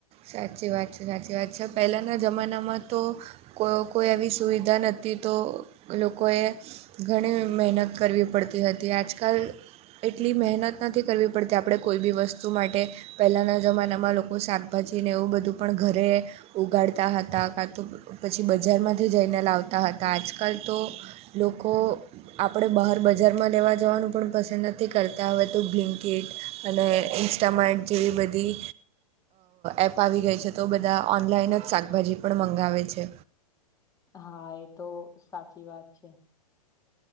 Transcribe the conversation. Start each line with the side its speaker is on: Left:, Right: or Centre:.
Right: સાચી વાત છે, પહેલાના જમાનામાં તો, કોઈ આવી સુવિધા નથી, તો લોકોએ ઘણી મહેનત કરવી પડતી હતી. આજકાલ, એટલી મહેનત નથી કરવી પડતી, આપણે કોઈ પણ વસ્તુ માટે પહેલાંના જમાનામાં લોકો શા, પછી ને એવું બધું પણ ઘરે ઉગાડતા હતા. કયા, પછી બજારમાંથી જઈને લાવતા હતા આજકાલ તો લોકો, આપણે બહાર બજારમાં લેવા જવાનું પણ પસંદ નથી કરતા, હવે તો બ્લિન્કેટ, અને ઇન્સ્ટામાં એડ જેવી બધી, એપ આવી ગઈ છે તો બધા ઓનલાઈન જ શાકભાજી પણ મંગાવે છે.
Left: હા, એ તો સાચી વાત છે.